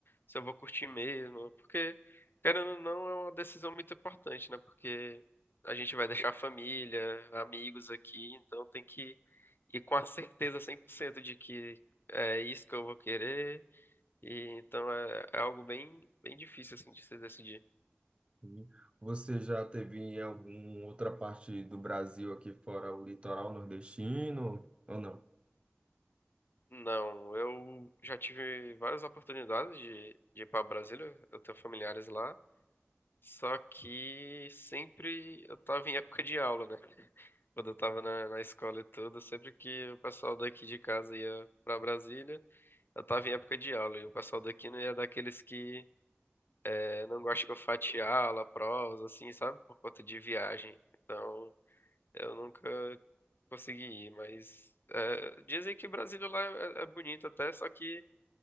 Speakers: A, on the left (about 60°); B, on the right (about 25°).
A: se eu vou curtir mesmo, porque, querendo ou não, é uma decisão muito importante, né, porque a gente vai deixar a família, amigos aqui, então tem que ir com a certeza 100% de que é isso que eu vou querer, e então é, é algo bem, bem difícil, assim, de se decidir.
B: assim, Você já teve em alguma outra parte do Brasil aqui fora o litoral nordestino ou não?
A: Não, eu já tive várias oportunidades de, de ir para Brasília, eu tenho familiares lá, só que sempre eu tava em época de aula, né? Quando eu tava na, na escola e tudo, sempre que o pessoal daqui de casa ia para Brasília, eu tava em época de aula, e o pessoal daqui não ia daqueles que eh, não gosta que eu fatie aula, provas, assim, sabe? Por conta de viagem. Então, eu nunca consegui ir, mas eh, dizem que Brasília lá é, é bonito até, só que.